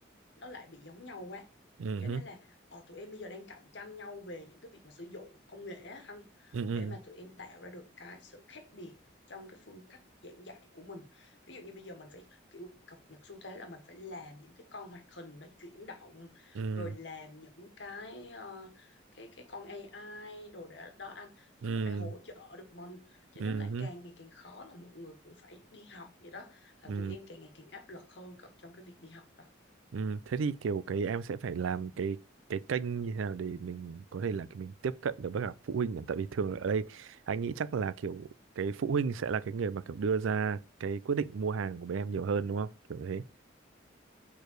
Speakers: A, on the left; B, on the right.
A: nó lại bị giống nhau quá
B: Ừ.
A: cho nên là ờ, tụi em bây giờ đang cạnh tranh nhau về những cái việc mà sử dụng công nghệ á anh
B: Ừ. Ừ.
A: để mà tụi em tạo ra được cái sự khác biệt trong cái phương cách giảng dạy của mình ví dụ như bây giờ mình phải kiểu cập nhật xu thế là mình phải làm những cái con hoạt hình nó chuyển động
B: Ừ.
A: rồi làm những cái ờ, cái cái con AI đồ đó, đó anh
B: Ừ.
A: thế nó phải hỗ trợ được mình cho
B: Ừ.
A: nên lại
B: Ừ.
A: càng ngày càng khó là mọi người cũng phải đi học vậy đó
B: Ừ.
A: là tụi em càng ngày càng áp lực hơn có- trong cái việc đi học đó
B: Ừ, thế thì kiểu cái em sẽ phải làm cái cái kênh như thế nào để mình có thể là cái mình tiếp cận được với cả phụ huynh nhỉ? tại vì thường ở đây anh nghĩ chắc là kiểu cái phụ huynh sẽ là cái người mà kiểu đưa ra cái quyết định mua hàng của bên em nhiều hơn đúng không kiểu thế